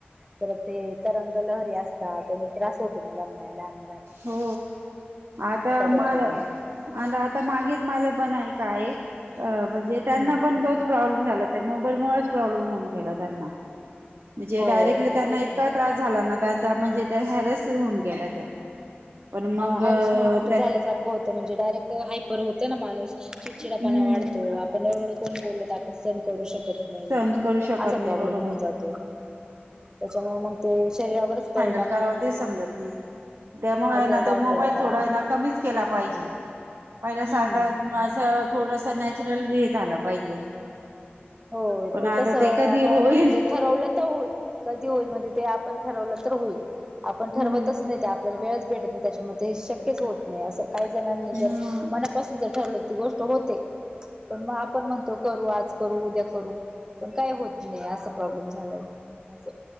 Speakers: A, on the right (about 20°); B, on the right (about 75°).
A: पर ते तरंग लहरी असतात, त्यांनी त्रास होतो मला लहान मुलासानी
B: हो आता
A: त्याच्याने
B: म आणि आता मागेच माझं बनय म्हणजे त्यांना
A: हम्म
B: पण तेच प्रॉब्लेम्स. झाला त्या मोबाईलमुळेच प्रॉब्लेम होऊन गेला त्यांना म्हणजे
A: हो
B: डायरेक्टली त्यांना
A: तेच
B: इतका
A: ना
B: त्रास झाला ना, त्यांचा म्हणजे त्या हॅरस होऊन गेला त्या पण
A: हा
B: मग
A: हॅरसमेंट
B: त्या
A: झाल्यासारखं होतं म्हणजे डायरेक्ट हायपर होतं ना माणूस. चिडचिडपण
B: हम्म
A: वाढतो, आपण एवढं कोणी बोललो तर आपण सहं न करू शकत.
B: सहन करू शकत
A: असा
B: नाही
A: प्रॉब्लेम
B: बरोबर
A: होन जातो त्याच्यामुळे मग ते शरीरावरच पर
B: काय करावं तेच समजत नाही त्यामुळे आहे
A: आजार
B: ना
A: वाढले
B: मोबाईल
A: आता
B: थोडा आहे ना कमीच केला पाहिजे. पहिल्या
A: हम्म
B: सारखा माझं थोडस नॅचरल हे झालं पाहिजे
A: हो
B: पण
A: ते तस आता
B: कधी होईल
A: ते ठरवलं तर होल कधी होईल म्हणजे ते आपण. ठरवलं तर होईल आपण ठरवतच
B: हम्म
A: नाही आपल्याला वेळच भेटत नाही, त्याच्यामध्ये हे शक्यच होत नाही असं. काही जणांनी जर
B: हा
A: मनापासून जर ठरलं ती गोष्ट होते. पण मग आपण म्हणतो करू आज उद्या करू पण काय होत नाही अस प्रॉब्लेम झालाय अस.